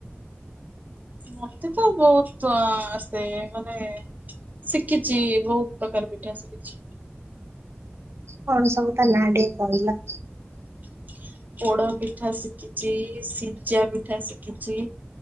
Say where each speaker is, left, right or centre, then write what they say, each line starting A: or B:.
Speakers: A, on the right; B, on the right.
A: ମତେ ତ ବହୁତ ଆସ୍ତେ ମାନେ ଶିଖିଛି ବହୁତ ପ୍ରକାର ପିଠା ଶିଖିଛି।
B: କଣ ସବୁ ତା ନାଁ ଟା କହିଲ?
A: <inaudible> ପୋଡ ପିଠା ଶିଖିଚି ସିଝା ପିଠା ଶିଖିଚି।